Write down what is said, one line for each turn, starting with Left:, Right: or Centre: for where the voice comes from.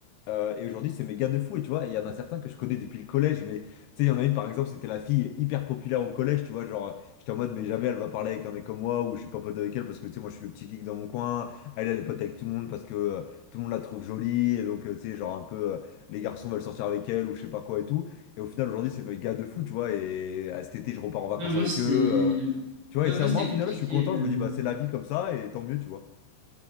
Left: Euh, et aujourd'hui, c'est mes gars de fou, et tu vois, et il y en a certains que je connais depuis le collège, mais tu sais, il y en a une par exemple, c'était la fille hyper populaire au collège, tu vois, genre, euh, j'étais en mode, mais jamais elle va parler avec un mec comme moi, ou je suis pas pote avec elle parce que tu sais, moi je suis le petit geek dans mon coin, elle, elle est pote avec tout le monde parce que euh, tout le monde la trouve jolie, et donc, euh, tu sais, genre un peu, euh, les garçons veulent sortir avec elle, ou je sais pas quoi et tout, et au final, aujourd'hui, c'est mes gars de fou, tu vois, et à cet été, je repars en vacances
Right: ah, moi
Left: avec
Right: c'était
Left: eux, euh, tu
Right: ouais,
Left: vois, et ça,
Right: moi c'était
Left: moi, au
Right: compliqué.
Left: final, je suis content,
Right: euh.
Left: je me dis, bah, c'est la vie comme ça, et tant mieux, tu vois.